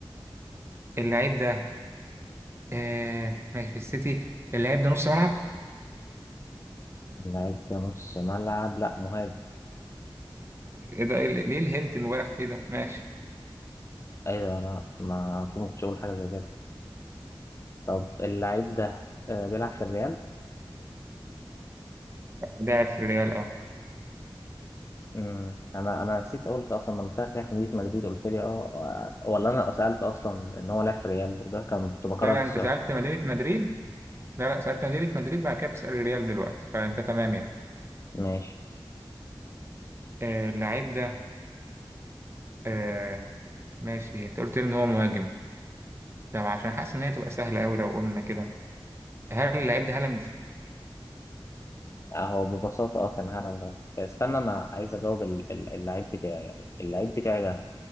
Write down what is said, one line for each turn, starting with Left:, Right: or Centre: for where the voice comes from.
Right: اللعيب ده آه ماشي في السيتي اللعيب ده نص ملعب
Left: لعيب نص ملعب لا مهاجم
Right: إيه ده إيه، ليه الهنت المبالغ فيه ده ماشي
Left: ايوه انا ما مش ممكن اقول حاجه زي كده طب اللعيب ده آه، بيلعب في الريال
Right: لاعب في الريال اه
Left: مم. انا انا نسيت قلت اصلا لما بتاعك لعب في مدينه مدريد قلت لي اه آه، ولا انا سالت اصلا ان هو لعب في الريال وده كان كنت بكرر
Right: لا لا
Left: السؤال
Right: أنت سألت مدينة مدريد لا لا سألت مدينة مدريد بعد كده بتسأل الريال دلوقتي فأنت تمام يعني
Left: ماشي
Right: آه اللعيب ده آه ماشي أنت قلت لي إن هو مهاجم طب عشان حاسس إن هي تبقى سهلة أوي لو قلنا كده هل اللعيب ده هالاند؟
Left: اهو ببساطه اه كان هالاند ده استنى انا عايز اجاوب ال- ال- اللعيب بتاعي يعني اللعيب بتاعي ده